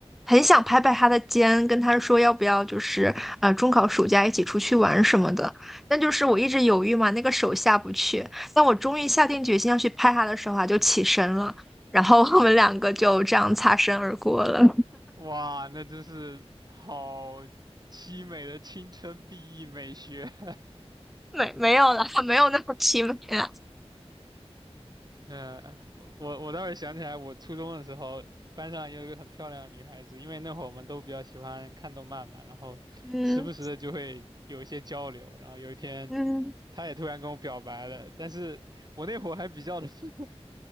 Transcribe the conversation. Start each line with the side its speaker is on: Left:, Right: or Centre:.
Centre: 很想拍拍他的肩，跟他说要不要就是呃中考暑假一起出去玩什么的。但就是我一直犹豫嘛，那个手下不去。当我终于下定决心要去拍他的时候啊，就起身了，然后我们两个就这样擦身而过了。
Right: 哇，那真是好凄美的青春 BE 美学，<laughs>
Centre: 没没有啦，没有那么凄美啦。
Right: 呃，我我我倒是想起来，我初中的时候，班上有一个很漂亮的女孩子，因为那会儿我们都比较喜欢看动漫嘛，然后时不时的就会有一些交流，
Centre: 嗯
Right: 然后有一天
Centre: 嗯，
Right: 她也突然跟我表白了，但是我那会儿还比较的 <laughs>